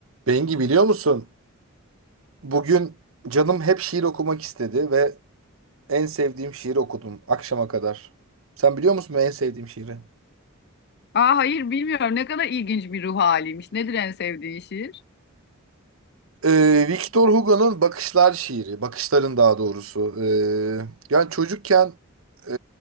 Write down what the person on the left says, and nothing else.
Aa, hayır bilmiyorum ne kadar ilginç bir ruh haliymiş. Nedir en sevdiğin şiir?